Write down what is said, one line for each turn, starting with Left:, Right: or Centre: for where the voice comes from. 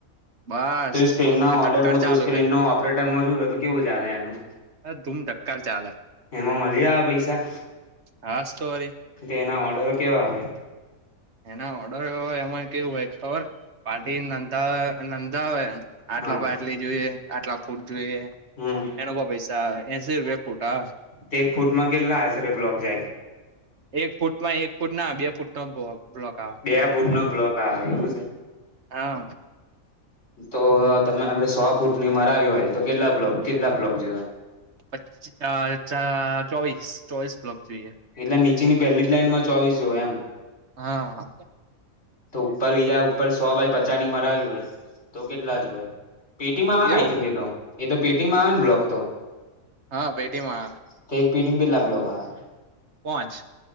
Right: બસ
Left: તો ઈ સ્ક્રીનના
Right: ધૂમ ધક્કાર
Left: ઓર્ડરમાં તો
Right: ચાલુ
Left: સ્ક્રીનનાં
Right: હે
Left: ઓપરેટરમાં શું થું કેવું ચાલે એનું?
Right: ધૂમ ધક્કાર ચાલે
Left: એમાં મલી આવે પૈસા?
Right: હાસ તો વરી.
Left: તે એના ઓર્ડરો કેવા હોય?
Right: એના ઓર્ડર ઓ એમાં કેવું હોય ખબર પાર્ટી નંધા નંધા હોય. આટલા
Left: હા
Right: બાય આટલી જોઈએ, આટલા ફૂટ જોઈએ.
Left: હમ
Right: એનકો પૈસા એસી રૂપિયા ફૂટ આવે.
Left: તે એક ફૂટમાં કેટલા આસરે બ્લોક જાય?
Right: એક ફૂટમાં એક ફૂટ ના બે ફૂટ નો બ્લોક આવે
Left: બે ફૂટનો બ્લોક આવે એવું છે?
Right: હા
Left: તો તમે આપડે સો ફૂટની મરાવી હોય તો કેટલા બ્લોક કેટલા બ્લોક જોએ?
Right: પચ અ ચા ચોવીસ ચોવીસ બ્લોક જોઈએ
Left: એટલે નીચેની પેલી જ લાઈનમાં ચોવીસ જોએ એમ
Right: હા
Left: તો ઉપર બીજા ઉપર સો બાય પચાની મરાવી હોય તો કેટલા જોએ પેટી માવાને
Right: એવું
Left: આઈ થિંક એ તો એ તો પેટીમાં આંવે ને બ્લોક તો
Right: હા પેટીમાં આવે
Left: તો એક પિટિંગ બિલ લ આપલો, <unintelligible>
Right: પોચ